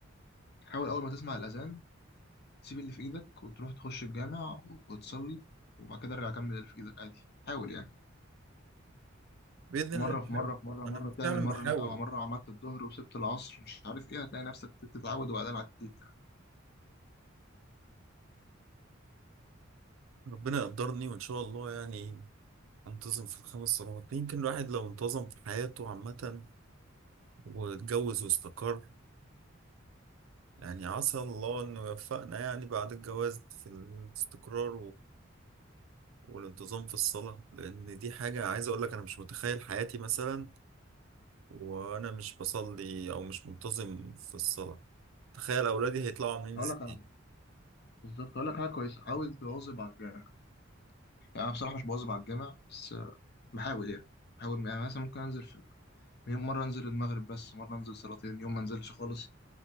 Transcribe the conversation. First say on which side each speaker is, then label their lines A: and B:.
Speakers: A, on the left; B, on the right.
A: حاول أول ما تسمع الأذان تسيب اللي في إيدك وتروح تخش الجامع وتصلي وبعد كده ارجع كمل اللي في إيدك عادي حاول يعني
B: باذن
A: مرة
B: الله بحاول
A: في مرة في مرة
B: انا
A: مرة تعمل
B: فعلا
A: مرة
B: بحاول
A: لأ مرة عملت الظهر وسبت العصر مش عارف إيه هتلاقي نفسك بتتعود وبعدين عديت يعني.
B: ربنا يقدرني وان شاء الله يعني انتظم في الخمس صلوات يمكن الواحد لو انتظم في حياته عامه واتجوز واستقر يعني عسى الله انه يوفقنا يعني بعد الجواز في الاستقرار والانتظام في الصلاة لأن دي حاجة عايز أقول لك أنا مش متخيل حياتي مثلا وأنا مش بصلي أو مش منتظم في الصلاة تخيل أولادي هيطلعوا عاملين
A: هقول
B: إزاي
A: لك على بالظبط اقول لك حاجه كويسه حاول تواظب على الجامع يعني انا بصراحه مش بواظب على الجامع بس آه، بحاول يعني بحاول يعني مثلا ممكن انزل في يوم مره انزل المغرب بس مره انزل صلاتين يوم ما انزلش خالص